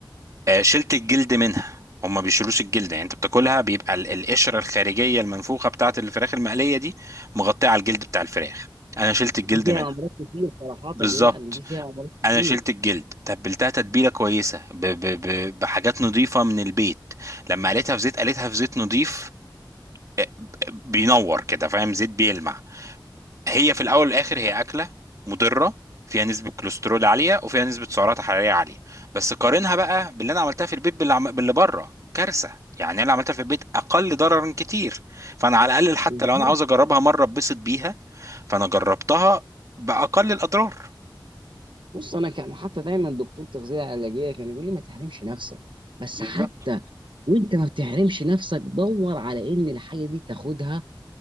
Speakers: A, on the right; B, on the right.
A: آه، شلت الجلد منها هما ما بيشيلوش الجلد يعني انت بتاكلها بيبقى ال- القشره الخارجيه المنفوخه بتاعه الفراخ المقليه دي مغطيه على الجلد بتاع الفراخ انا شلت الجلد
B: دي فيها
A: منها
B: امراض كتير صراحه
A: بالظبط
B: يعني دي فيها امراض كتير
A: انا شلت الجلد تبلتها تتبيله كويسه ب ب ب بحاجات نظيفه من البيت لما قليتها في زيت قليتها في زيت نظيف آه، ب- بينور كده فاهم زيت بيلمع هي في الاول والاخر هي اكله مضره فيها نسبه كوليسترول عاليه وفيها نسبه سعرات حراريه عاليه بس قارنها بقى باللي انا عملتها في البيت باللي, عم... باللي بره كارثه يعني انا اللي عملتها في البيت اقل ضررا كتير فانا على الاقل حتى
B: بالظبط
A: لو انا عاوز اجربها مره اتبسط بيها فانا جربتها باقل الاضرار
B: بص انا كان حتى دايما دكتور تغذيه علاجيه كان يقول لي ما تحرمش نفسك بس
A: بالظبط
B: حتى وانت ما بتحرمش نفسك دور على ان الحاجه دي تاخدها